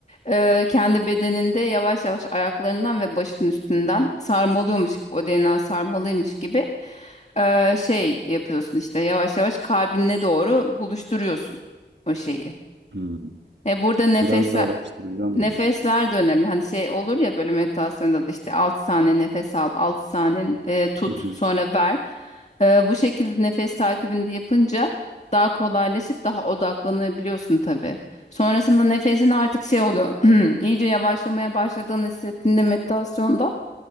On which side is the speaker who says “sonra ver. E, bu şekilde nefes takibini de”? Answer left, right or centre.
Left